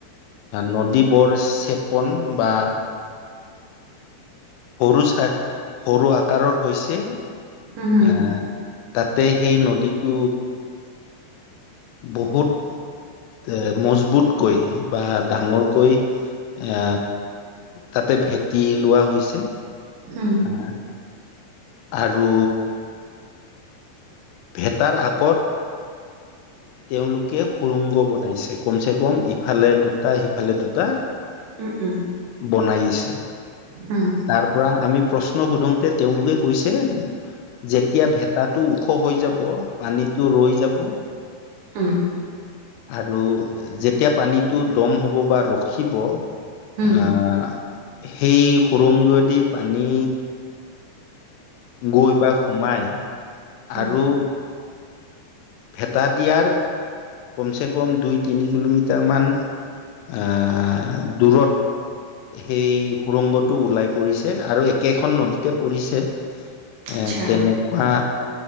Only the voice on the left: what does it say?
নদী বৰ চেপন বা সৰু চাই সৰু আকাৰৰ হৈছে।
এ তাতে সেই নদীটো বহুত এ মজবুতকৈ বা ডাঙৰকৈ এ তাতে ভেটি লোৱা হৈছে।
হ আৰু ভেটাৰ আগত
তেওঁলোকে সুুৰংগ বনাইছে কম চে কম ইফালে দুটা সিফালে দুটা।
বনাইছে
তাৰ পৰা আমি প্ৰশ্ন সোধোতে তেওঁলোকে কৈছে যেতিয়া ভেতাটো ওখঁ হৈ যাব পানীতটো ৰৈ যাব।
আৰু যেতিয়া পানীটো দম হ'ব বা ৰখিব আহ
সেই সুৰংগয়েদি পানী গৈ বা সোমাই
আৰু ভেটা দিয়াৰ কমচে কম দুই তিনি কিলোমিটাৰ মান আহ দূৰত সেই সুৰংগটো ওলাই পৰিছে আৰু একেখন নদীতে পৰিছে।
এ তেনেকুৱা